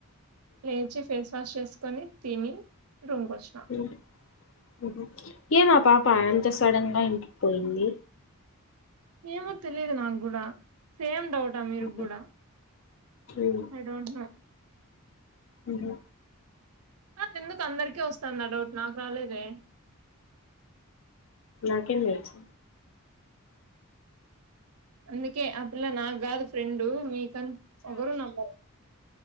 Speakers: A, on the right; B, on the left.
A: లేచి ఫేస్ వాష్ చేసుకొని తిని రూమ్ కి వచ్చిన
B: ఉమ్ ఉహు ఏమ్ మా పాప అంత సడన్ గా ఇంటికి పోయింది
A: ఏమో తెలిదు నా గూడ సేమ్ డౌటా అమీర్
B: ఉహు,
A: గూడా
B: ఉమ్,
A: ఐ డోంట్ నో
B: ఉహు
A: కద్ ఎందుకు అందరికీ వస్తాంది ఆ డౌట్ నాకు రాలేదే
B: నాకేం తెలుసు
A: అందుకే అ పిల్ల నాకు కాదు ఫ్రెండు మీకం ఒకరు నమ్మరు